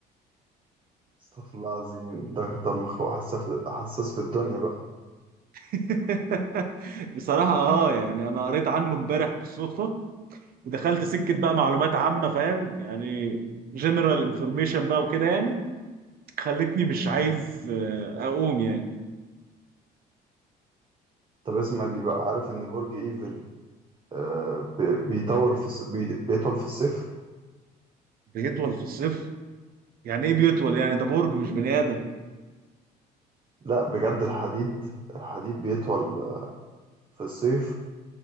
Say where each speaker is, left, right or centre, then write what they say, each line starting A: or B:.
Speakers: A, on the right; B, on the right.
A: استغفر الله العظيم ده اكتر مخلوق حساس في حساس في الدنيا بقى
B: <laughs> بصراحه اه يعني انا قريت عنه امبارح بالصدفه ودخلت سكه بقى معلومات عامه فاهم يعني جنرال انفورميشن بقى وكده يعني خلتني مش عايز
A: مم.
B: آه، اقوم يعني
A: طب اسمع دي بقى عارف ان برج ايفل آه بي- بيطول في الص- بي- بيطول في الصيف
B: بيطول في الصيف يعني ايه بيطول يعني ده برج مش بني ادم
A: لا بجد الحديد الحديد بيطول آه، في الصيف